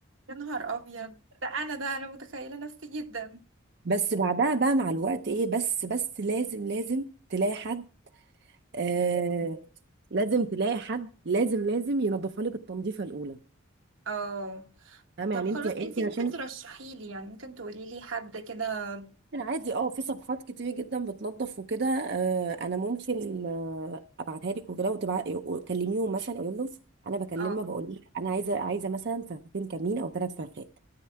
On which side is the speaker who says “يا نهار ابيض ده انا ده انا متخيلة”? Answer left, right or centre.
Right